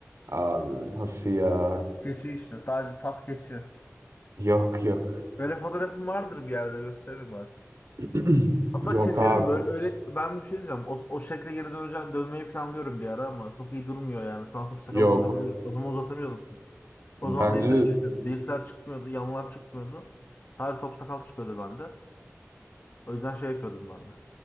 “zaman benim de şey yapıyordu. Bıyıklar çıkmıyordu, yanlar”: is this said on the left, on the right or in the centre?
Left